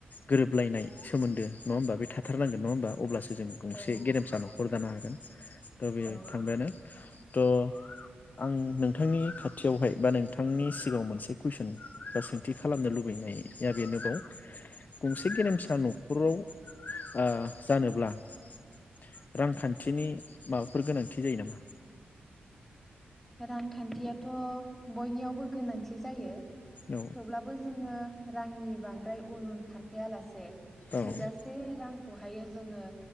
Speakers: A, on the left; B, in the centre.
A: गोरोबलायनाय सोमोन्दो नङा होमबा बे थाथारनांगोन नङा होमबा अब्लासो जों गंसेे
B: औ
A: गेरेमसा न'खर जानो हागोन। थ' बे
B: औ
A: थांबायानो। त' आं नोंथांनि खाथियावहाय बा नोंथांनि सिगाङाव मोनसे कुइसन बा सोंथि खालामनो लुबैनाया बेनोबाव गंसे गेरेमसा न'खराव ओ जानोब्ला <inaudible> रांखान्थिनि माबाफोर गोनांथि बि जायो नामा
B: रांखान्थियाथ' बयनियावबो गोनांथि जायो
A: औ
B: थेवब्लाबो जोङो रांनि बांद्राय उन उन खारफैायालासे
A: औ
B: थोजासे
A: आदसा
B: रांखौहायो जोङो